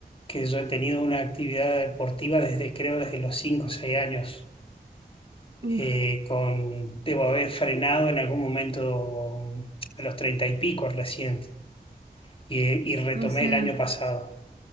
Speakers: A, on the left; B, on the right.
A: que yo he tenido una actividad deportiva desde, creo, desde los 5 o 6 años eh,
B: Uf,
A: con, debo haber frenado en algún momento a los treinta y pico recién y, y retomé
B: o sea,
A: el año pasado.
B: o